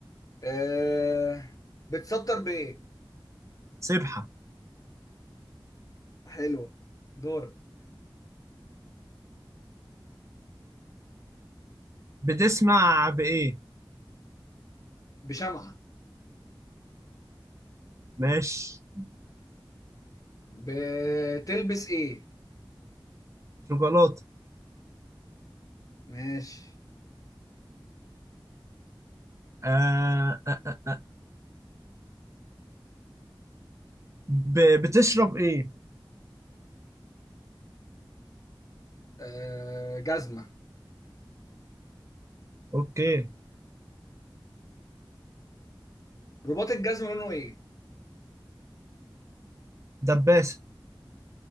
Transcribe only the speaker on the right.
سبحة
بتسمع بإيه؟
ماشي
شوكولاتة
آه آه آه. ب... بتشرب إيه؟
أوكي
دباسة